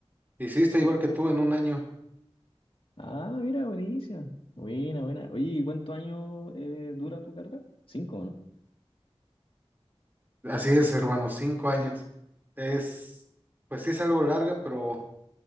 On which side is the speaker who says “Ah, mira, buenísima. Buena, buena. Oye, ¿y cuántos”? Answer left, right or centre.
Left